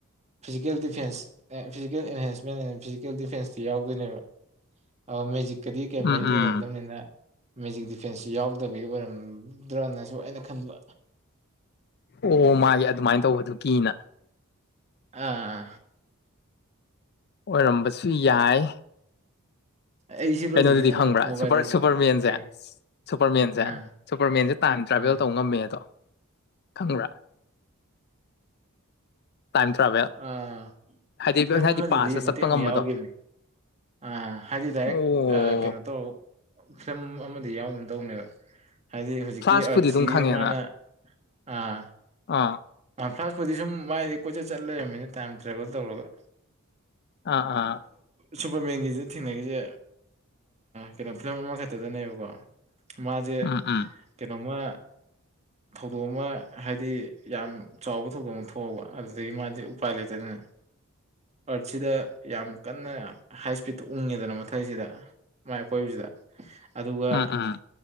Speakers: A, on the right; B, on the left.
A: physical defence physical enhancement physical ꯗꯤꯐꯦꯟꯁꯇꯤ ꯌꯥꯎꯗꯣꯏꯅꯦꯕ ꯑ ꯃꯦꯖꯤꯛꯀꯗꯤ ꯀꯌꯥꯝ ꯃꯔꯤ
B: ꯎꯝ
A: ꯂꯩꯅꯗꯕꯅꯤꯅ
B: ꯎꯝ
A: ꯃꯦꯖꯤꯛ ꯗꯤꯐꯦꯟꯁꯁꯨ ꯌꯥꯎꯗꯕꯒꯤ ꯑꯣꯏꯔꯝꯗ꯭ꯔꯅꯁꯨ ꯑꯩꯅ ꯈꯟꯕ
B: ꯑꯣ ꯃꯥꯒꯤ ꯑꯗꯨꯃꯥꯏꯅ ꯇꯧꯕꯗꯨ ꯀꯤꯅ
A: ꯑꯥ
B: ꯑꯣꯏꯔꯝꯕꯁꯨ ꯌꯥꯏ
A: ꯑꯩ ꯁꯤ ꯂꯣꯏꯁꯤꯒꯤꯅ
B: ꯀꯩꯅꯣꯗꯨꯗꯤ ꯈꯪꯕ꯭ꯔꯥ
A: ꯑꯃꯨꯛ ꯃꯣꯕꯥꯏꯜ
B: ꯁꯨꯄꯔ ꯁꯨꯄꯔ ꯃꯦꯟꯁꯦ
A: ꯀꯩ
B: ꯁꯨꯄꯔꯃꯦꯟꯁꯦ
A: ꯑꯥ
B: ꯁꯨꯄꯔꯃꯦꯟꯁꯦ ꯇꯥꯏꯝ ꯇ꯭ꯔꯥꯚꯦꯜ
A: ꯑꯥ
B: ꯇꯧ ꯉꯝꯃꯦꯗꯣ ꯈꯪꯕ꯭ꯔꯥ ꯇꯥꯏꯝ ꯇ꯭ꯔꯥꯚꯦꯜ
A: ꯑꯥ
B: ꯍꯥꯏꯗꯤ
A: ꯐꯤꯂꯝ
B: ꯍꯥꯏꯗꯤ
A: ꯑꯃꯗꯗꯤ
B: ꯄꯥꯁꯇ
A: ꯃꯇꯦꯛ
B: ꯆꯠꯄ
A: ꯑꯃ
B: ꯉꯝꯕꯗꯣ
A: ꯌꯥꯎꯈꯤꯕꯅꯤ ꯑ ꯍꯥꯏꯗꯤ ꯗꯥꯏꯔꯦꯛ
B: ꯑꯣ
A: ꯀꯩꯅꯣ ꯇꯧ ꯐꯤꯂꯝ ꯑꯃꯗꯤ ꯌꯥꯎꯒꯤꯒꯨꯝ ꯇꯧꯕꯅꯦꯕ ꯍꯥꯏꯗꯤ ꯍꯧꯖꯤꯛꯀꯤ
B: ꯐ꯭ꯂꯥꯁꯄꯨꯗꯤ
A: ꯑꯥꯔꯠꯁꯤꯒꯤ
B: ꯑꯗꯨꯝ ꯈꯪꯉꯦꯅ
A: ꯃꯥꯅ ꯑꯥ
B: ꯑꯥ
A: ꯐ꯭ꯂꯥꯁ ꯄꯨꯗꯤ ꯁꯨꯝ ꯃꯥꯏꯗꯤ ꯀꯣꯏꯆꯠ ꯆꯠ ꯂꯩꯔꯝꯃꯤꯅ ꯇꯥꯏꯝ ꯇ꯭ꯔꯥꯚꯦꯜ ꯇꯧꯔꯒ
B: ꯑꯥ ꯑꯥ
A: ꯁꯨꯄꯔꯃꯦꯟꯒꯤꯁꯦ ꯊꯦꯡꯅꯩꯁꯦ ꯀꯩꯅꯣ ꯐꯤꯂꯝ ꯑꯃꯈꯛꯇꯗꯅꯦꯕꯀꯣ ꯃꯥꯁꯦ
B: ꯎꯝ ꯎꯝ
A: ꯀꯩꯅꯣꯃ ꯊꯧꯗꯣꯛ ꯑꯃ ꯍꯥꯏꯗꯤ ꯌꯥꯝ ꯆꯥꯎꯕ ꯊꯧꯗꯣꯛ ꯑꯃ ꯊꯣꯛꯑꯕ ꯑꯗꯨꯗꯒꯤ ꯃꯥꯗꯤ ꯎꯄꯥꯏ ꯂꯩꯇꯗꯅ ꯑꯥꯔꯊꯁꯤꯗ ꯌꯥꯝ ꯀꯟꯅ ꯍꯥꯏ ꯏꯁꯄꯤꯠꯇ ꯎꯡꯉꯦꯗꯅ ꯃꯊꯛꯁꯤꯗ ꯃꯥꯏ ꯑꯩꯀꯣꯏꯕꯁꯤꯗ ꯑꯗꯨꯒ
B: ꯎꯝ ꯎꯝ